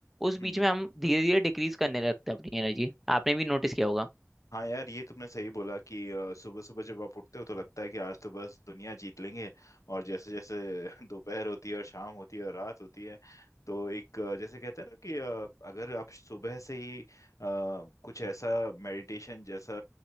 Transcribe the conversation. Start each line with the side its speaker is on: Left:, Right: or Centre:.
Centre: उस
Left: हम्म
Centre: बीच में हम धीरे धीरे डिक्रीज करने लगते हैं अपनी एनर्जी आपने भी नोटिस किया होगा
Left: हाँ यार ये तुमने सही बोला कि सुबह सुबह जब आप उठते हो तो लगता है कि आज तो बस दुनिया जीत लेंगे और जैसे जैसे <laughs> दोपहर होती है और शाम होती है और रात होती है तो एक अ, जैसे कहते हैं ना कि अ, अगर आप सुबह से ही अ, कुछ ऐसा मेडिटेशन जैसा